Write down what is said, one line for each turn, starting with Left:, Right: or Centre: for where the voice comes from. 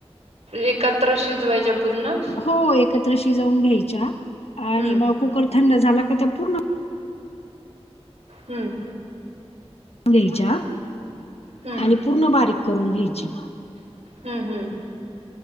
Right: एकत्र शिजवायच्या पूर्ण
Left: हो एकत्र शिजवून घ्यायच्या आणि
Right: हम्म
Left: मग कुकर थंड झाला का त्या पूर्ण
Right: हम्म
Left: घ्यायच्या.
Right: हम्म
Left: आणि पूर्ण बारीक करून घ्यायची.
Right: हम्म, हम्म,